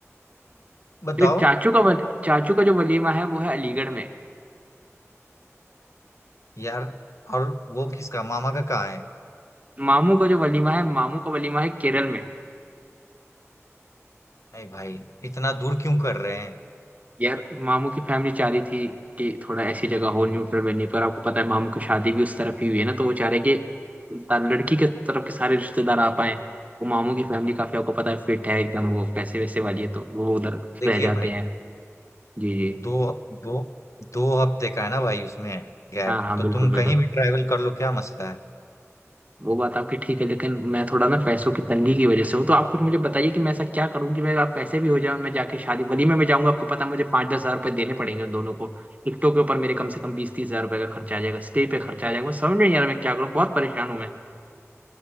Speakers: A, on the left; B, on the right.
A: बताओ
B: जो चाचू का वल, चाचू का जो वलीमा है वो है अलीगढ़ में
A: यार और वो किसका मामा का कहाँ है
B: मामू का जो वलीमा है मामू का वलीमा है केरल में
A: अरे भाई इतना दूर क्यों कर रहे हैं
B: यार मामू की फैमिली चाह रही थी कि थोड़ा ऐसी जगह हो न्यूट्रल वेन्यू पर आपको पता है मामू की शादी भी उस तरफ ही हुई है ना तो वो चाह रहे कि लड़की के तरफ के सारे रिश्तेदार आ पाए वो मामू की फैमिली काफी आपको पता है फिट है एकदम वो पैसे वैसे वाली है तो वो उधर
A: देखिए
B: रह जाते
A: भाई
B: हैं जी जी
A: दो दो दो हफ्ते का है ना भाई उसमें गैप
B: हाँ हाँ
A: तो
B: बिल्कुल
A: तुम
B: बिल्कुल
A: कहीं भी ट्रैवल कर लो क्या मसला है
B: वो बात आपकी ठीक है लेकिन मैं थोड़ा ना पैसों की तंगी की वजह से हूँ तो आप कुछ मुझे बताइए कि मैं ऐसा क्या करूँ कि मेरे आप पैसे भी हो जाए और मैं जाके शादी वलीमे में मैं जाऊंगा आपको पता है मुझे पाँच दस हजार रुपये देने पड़ेंगे उन दोनों को टिकटों के ऊपर मेरे कम से कम बीस तीस हजार रुपये का खर्चा आ जाएगा स्टे पे खर्चा आ जाएगा मैं समझ में नहीं आ रहा मैं क्या करूँ बहुत परेशान हूँ मैं